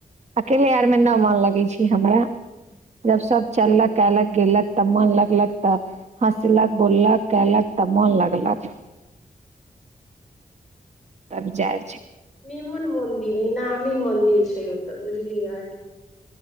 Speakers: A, on the right; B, in the centre.
A: अकेले हमरा मन नहि लगै छै। जखन सभ संग चललक, गप्प-गोष्ठी भेल, हँसी-मजाक भेल, तखन मोन खूब लगलक। त विचार
B: नीक मन्दिर हइ, बड्ड नामी मन्दिर छै। तऽ बुझलिए